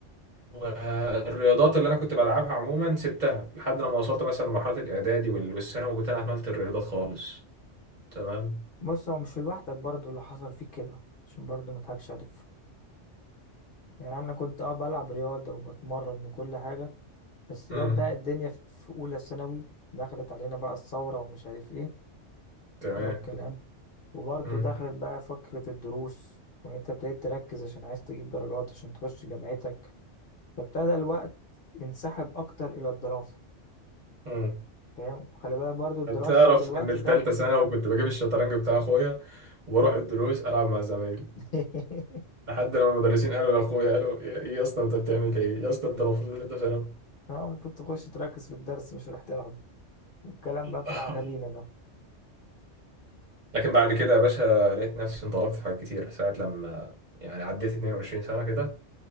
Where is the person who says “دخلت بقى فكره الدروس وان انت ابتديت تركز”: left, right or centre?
Left